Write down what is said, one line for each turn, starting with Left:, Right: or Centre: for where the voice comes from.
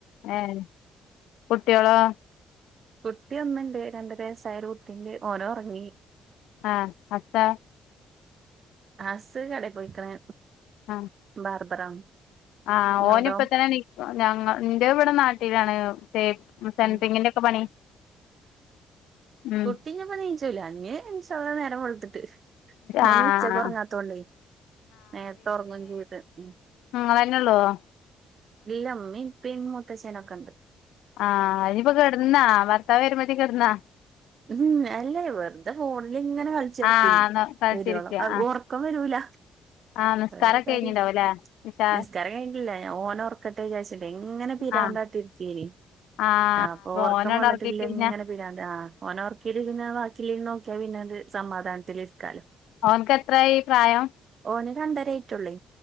Left: ഏഹ് കുട്ടിയോളോ
Right: കുട്ടി ഒന്ന്ണ്ട് രണ്ടര വസ്സായാ ഒര്കുട്ടിണ്ട് ഓനാെറങ്ങി
Left: ആഹ് അട്ത്താളെ
Right: അസ്സ് കടേപൊയ്ക്ക്ണ്
Left: ആഹ്
Right: ഉം ബാർബറാണ്
Left: ആഹ്
Right: നിങ്ങളതോ
Left: ഓന്ഇപ്പതന്നെ നീക്കൊ ഞങ്ങ ഇന്റത് ഇവ്ടെ നാട്ടിലാണ് തേപ്പ് ഉം സെൻട്രിങ്ങിന്റെക്കെ
Right: ആഹ്
Left: പണി ഉം
Right: തിഞ്ഞ്പ്പാെ നീച്ചൂല അഞ്ഞ് ഇൻഷാ അള്ളാ നേരംവെള്ത്ത്ട്ട് ഓന്
Left: ആഹ്
Right: ഉച്ചക്ക് ഒറങ്ങാത്തോണ്ടേ നേര്ത്തെ ഒറങ്ങും ചെയ്ത് ഉം
Left: ഉം ഇങ്ങളെന്നെള്ളാേ
Right: ഇല്ല ഇമ്മിം ഇപ്പിംമൂത്തച്ചനൊക്കെ ഇണ്ട്
Left: ആഹ് ഐന്പ്പ കെട്ന്നാ ഭർത്താവ് വെരുമ്പത്തിന് കെട്ന്നാ
Right: ഉം അല്ലേ വെറ്തെ ഫോണ്ല് ഇങ്ങനെ കൾച്ചർക്കുഞ്ഞ്
Left: ആഹ് കളിച്ചിരിക്ക
Right: വെരാേളം അത്
Left: ആഹ്
Right: ഒറക്കം വെരൂല
Left: ആഹ് നിസ്കാരൊക്കെ
Right: വേറെ കാര്യം
Left: കഴിഞ്ഞിണ്ടാവുംല്ലേ ഇശാ
Right: നിസ്കാരം കെയ്ഞ്ഞ്ട്ടില്ല ഞാ ഓനാെർക്കട്ടെ വിചാര്ച് ഇന്ന്ട്ടെ ഇങ്ങനെ പിരാന്താട്ടി
Left: ആഹ്
Right: ഇര്ക്കേന്
Left: ആഹ്
Right: അപ്പൊ ഒറക്കം
Left: ഓനണ്ട്
Right: വന്ന്ട്ടില്ലങ്ങനെ
Left: ഒറക്കി കഴിഞ്ഞ
Right: പിരാന്താ ആഹ് ഓനെ ഒർക്കീല് പിന്നെ വാക്കില്ലൈന് നോക്കിയാ പിന്നത് സമാധാൻത്തില് ഇരിക്കാലോ
Left: അവൻക്ക് എത്രായി പ്രായം
Right: ഓന് രണ്ടരൈറ്റൊള്ളേ